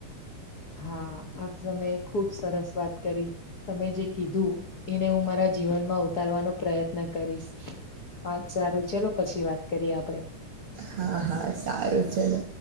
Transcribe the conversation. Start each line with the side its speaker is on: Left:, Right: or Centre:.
Left: હા આત તો તમે ખુબ સરસ વાત કરી. તમે જે કીધું એને હું મારા જીવનમાં ઉતારવાનો પ્રયત્ન કરીશ. હાત સારું ચલો પછી વાત કરીએ આપડે.
Right: હા હા સારું ચલો.